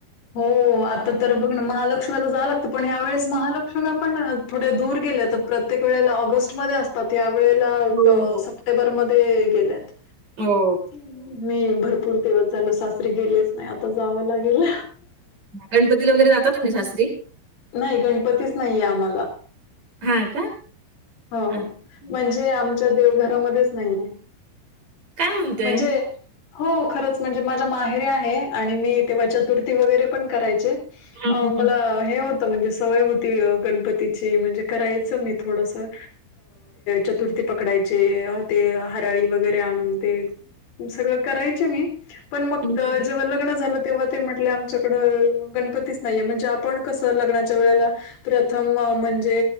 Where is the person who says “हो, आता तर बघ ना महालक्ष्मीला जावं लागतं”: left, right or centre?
Left